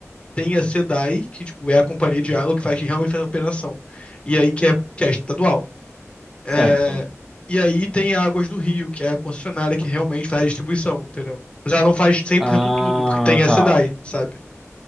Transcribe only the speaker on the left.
Tem a SEDAI, que, tipo, é a companhia de água que faz, que realmente faz a operação. E aí que é, que é estadual. É,
e aí tem a Águas do Rio, que é a concessionária que realmente faz a distribuição, entendeu? Mas ela não faz 100%
tudo, porque tem a
SEDAI, sabe?